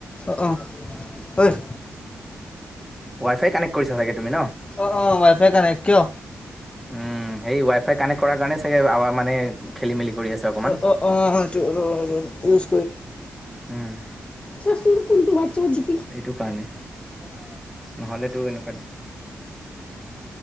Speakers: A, on the left; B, in the centre.
A: অহ অহ অই
B: ৱাই ফাই কানেক্ কৰিছা চাগে তুমি ন?
A: অ অ ৱাই ফাই কানেক্ট কিয়?
B: উম সেই ৱাই ফাই কানেকট কৰা কাৰণে চাগে আৱা মানে খেলি মেলি কৰি আছে অকমান।
A: অঁ অঁ অঁ এইটো ইউজ
B: উম
A: চোৱাচোন কোনটো ওৱাইটচাপট
B: এইটো কাৰণে। নহলেতো এনেকুৱা